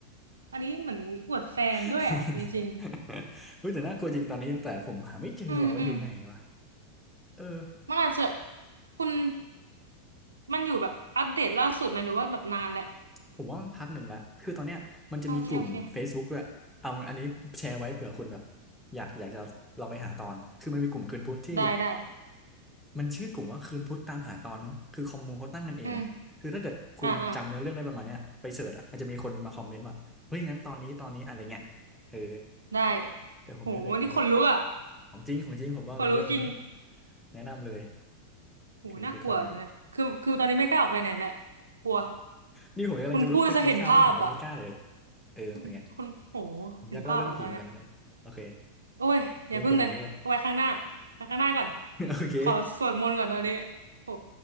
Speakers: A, on the right; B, in the centre.
A: อันนี้เหมือนอวดแฟนด้วยอ่ะจริง
B: <laughs> เฮ้ยแต่น่ากลัวจริงตอนนี้แต่ผมหาไม่เจอว่ามันอยู่ไหนวะ
A: ๆอืมอืม
B: เออ
A: มันอาจจะคุณมันอยู่แบบอัปเดตล่าสุดไหมหรือว่าแบบนานแล้ว
B: ผมว่ามันพักหนึ่งละคือตอนเนี้ยมันจะมีกลุ่ม
A: โอเคโอเค
B: Facebook ด้วยเอาอันนี้แชร์ไว้เผื่อคุณแบบอยากอยากจะเราไปหาตอนคือมันมีกลุ่มคืนพุธที่
A: ได้ได้
B: มันชื่อกลุ่มว่าคืนพุธตามหาตอนมั้งคือคอมมูเขาตั้งกันเองอ่ะคือถ้าเกิดคุณจำเนื้อเรื่องได้ประมาณเนี้ยไปเสิร์ชอ่ะมันจะมีคนมาคอมเมนต์ว่าเฮ้ยงั้นตอนนี้ตอนนี้อะไรเงี้ยเออ
A: อืมอ่าอ่าได้
B: แต่ผมไม่เคยโพสต์
A: โหนี่ขนลุกอ่ะ
B: ของจริงของจริงผมบอกเลยเรื่องนี้
A: ขนลุกจริง
B: แนะนำเลย
A: โหน่ากลัวตอนเนี้ยคือคือตอนนี้ไม่กล้าออกไปไหนแหละ
B: คืนพุธตอนนี้
A: กลัว
B: นี่ผมกำลังจะลุกไปกินข้าวนี่ผมไปไม่กล้าเลย
A: คุณพูดจะเห็นภาพอ่ะ
B: เออเป็นไง
A: อืมคุณโห
B: ผมอยากเล่าเรื่องผีเหมือนกันนะเนี่ยโอเค
A: เห็นภาพอ่ะตอนเนี้ยโอ้ยอย่าพึ่งเลยเอาไว้ข้างหน้าไว้ข้างหน้าก่อน
B: เริ่มดึกแล้วด้วย <laughs> โอเค
A: ขอสวดมนต์ก่อนตอนนี้โห